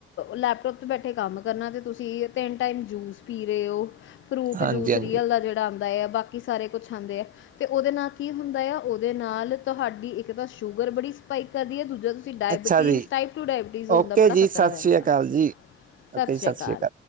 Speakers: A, on the left (about 75°); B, on the right (about 45°).
A: ਲੈਪਟੋਪ ਤੇ ਬੈਠੇ ਕੰਮ ਕਰਨਾ ਤੇ ਤੁਸੀਂ ਤਿੰਨ ਟਾਈਮ ਜੂਸ ਪੀ ਰਹੇ ਓ ਫਰੂਟ
B: ਹਾਂਜੀ
A: ਜੂਸ
B: ਹਾਂਜੀ
A: ਰੀਅਲ ਦਾ ਜਿਹੜਾ ਆਂਦਾ ਆ ਬਾਕੀ ਸਾਰੇ ਕੁਛ ਆਂਦੇ ਆ ਅਤੇ ਉਹਦੇ ਨਾਲ ਕੀ ਹੁੰਦਾ ਆ ਉਹਦੇ ਨਾਲ ਤੁਹਾਡੀ ਇੱਕ ਤਾਂ ਸ਼ੂਗਰ ਬੜੀ ਸਪਾਈਕ ਕਰਦੀ ਹੈ ਦੂਜਾ ਤੁਸੀਂ ਡਾਇਬਟੀਜ਼
B: ਅੱਛਾ ਜੀ
A: ਟਾਈਪ ਟੂ ਡਾਇਬਟੀਜ਼ ਹੋਣ
B: ਓਕੇ
A: ਦਾ ਬੜਾ
B: ਜੀ
A: ਖ਼ਤਰਾ
B: ਸਤਿ
A: ਰਹਿੰਦਾ
B: ਸ੍ਰੀ ਅਕਾਲ ਜੀ
A: ਸਤਿ
B: ਓਕੇ ਜੀ
A: ਸ਼੍ਰੀ ਅਕਾਲ।
B: ਸ੍ਰੀ